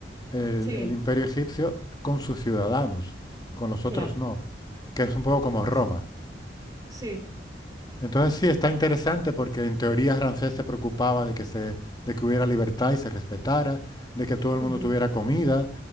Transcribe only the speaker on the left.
el,
el imperio egipcio con sus ciudadanos, con los
otros no, que es un poco como
Roma.
Entonces sí, está interesante porque en teoría Ramsés se preocupaba de que, se, de que hubiera libertad y se respetara, de que todo el
mundo tuviera comida.